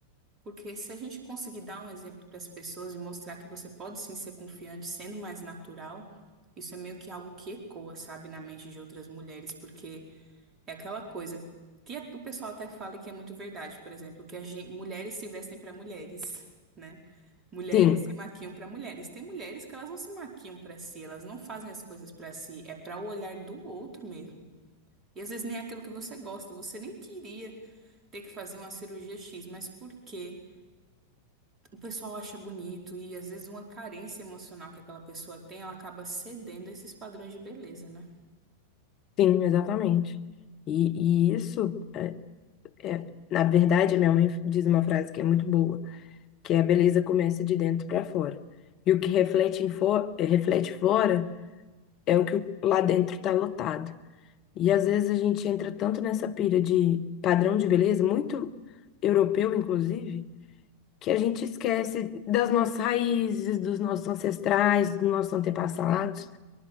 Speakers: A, on the right; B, on the left.
A: Porque se a gente conseguir dar um exemplo para as pessoas e mostrar que você pode sim ser confiante sendo mais natural, isso é meio que algo que ecoa, sabe, na mente de outras mulheres, porque é aquela coisa que o pessoal até fala e que é muito verdade, por exemplo, que a gen- mulheres se vestem para mulheres, né? Mulheres
B: Sim,
A: se maquiam para mulheres. Tem mulheres que elas não se maquiam para si, elas não fazem as coisas para si, é para o olhar do outro mesmo. E às vezes nem é aquilo que você gosta, você nem queria ter que fazer uma cirurgia X, mas por quê? o pessoal acha bonito e às vezes uma carência emocional que aquela pessoa tem, ela acaba cedendo a esses padrões de beleza, né?
B: Sim, exatamente. E, e isso é, na verdade, minha mãe diz uma frase que é muito boa, que é a beleza começa de dentro para fora. E o que reflete em fo eh, reflete fora é o que o- lá dentro está lotado. E às vezes a gente entra tanto nessa pira de padrão de beleza, muito europeu, inclusive, que a gente esquece das nossas raízes, dos nossos ancestrais, dos nossos antepassados.